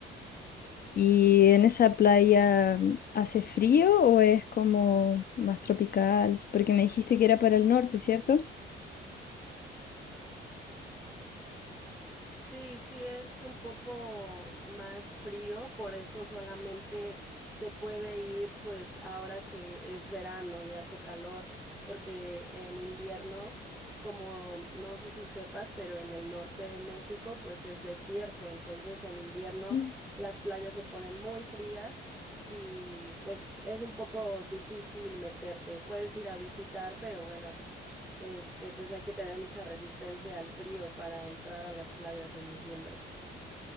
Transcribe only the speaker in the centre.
Sí, sí es un poco más frío, por eso solamente se puede ir pues ahora que es verano y hace calor, porque en invierno, como no sé si sepas, pero en el norte de México pues es desierto, entonces en invierno
las playas se ponen muy frías y pues es un poco difícil meterte. Puedes ir a visitar, pero bueno este, pues hay que tener mucha resistencia al frío para entrar a las playas en diciembre.